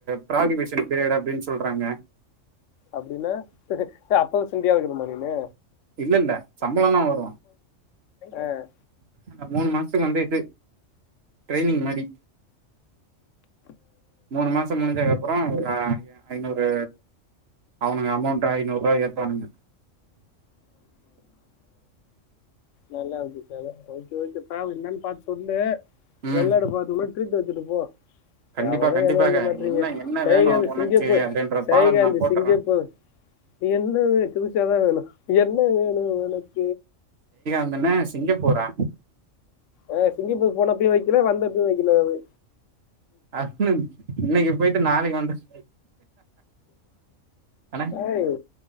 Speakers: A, on the right; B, on the left.
A: புராகிபிகேஷன் <unintelligible> அப்டின்னு சொல்றாங்க
B: அப்டின்னா அப்போ தண்டியா இருக்கணுமா நீனு?
A: இல்லல்ல சம்பளல்லா வரும்
B: அஹ்
A: அந்த மூணு மாசத்துக்கு வந்து இது ட்ரைனிங் மாரி மூணு மாசோ முடிஞ்சதுக்கு அப்புறோ ஒரு அ ஐநூறு அவுனுங்க அமௌண்ட் ஐநூறு ரூபா ஏத்துவானுங்க
B: நல்லா இருக்கு கத ஓகே ஓகே பபாரு என்னன்னு பாத்து சொல்லு
A: ம்
B: வெளிநாடு போறதுக்குள்ள ட்ரீட் வெச்சுட்டுப்போ
A: கண்டிப்பா
B: எவனு
A: கண்டிப்பாக
B: எதுவு வெக்க மாட்டேங்குறீங்க
A: என்ன என்ன
B: சயகாந்தி
A: வேணு உனக்கு
B: சிங்கப்பூர்
A: அப்டின்ற
B: சயகாந்தி
A: பாடல் நா போட்டுறே
B: சிங்கப்பூர் என்ன வே துசியாதா வேணு என்ன வேணு ஒனக்
A: என்னணே சிங்கப்பூரா
B: ஆஹ் சிங்கப்பூர் போனப்பயு வைக்கல வந்தப்பயு வைக்கல அது
A: <unintelligible> இன்னைக்கிப் போயிட் தத்து நாளைக்கு வந்துச் அண்ணே
B: ஐய்